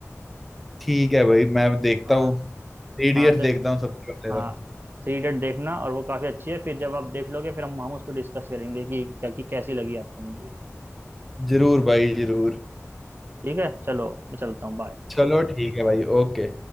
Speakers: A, in the centre; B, on the right (about 45°).
A: ठीक है भाई मैं देखता
B: हाँ
A: हूँ थ्री
B: हाँ तो
A: देखता हूँ सबसे पहले
B: हाँ
A: तो
B: थ्री इडियट देखना और वो काफी अच्छी है फिर जब आप देख लोगे फिर हम हम उस पर डिस्कस करेंगे कि, कि कैसी लगी आपको मूवी
A: जरूर भाई जरूर
B: ठीक है चलो मैं चलता हूँ बाय
A: चलो ठीक है भाई ओके